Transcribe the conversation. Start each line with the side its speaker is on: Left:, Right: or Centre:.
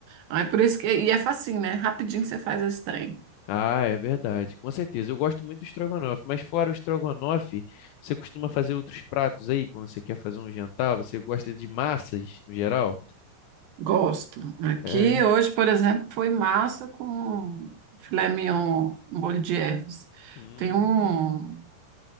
Right: Ah, É por isso que, e é facinho, né? Rapidinho você faz esse trem.
Left: Ah, é verdade, com certeza. Eu gosto muito do estrogonofe, mas fora o estrogonofe, você costuma fazer outros pratos aí quando você quer fazer um jantar? Você gosta de massas no geral?
Right: Gosto. Aqui
Left: É.
Right: hoje, por exemplo, foi massa com filé mignon, molho de ervas.
Left: Hum,
Right: Tem um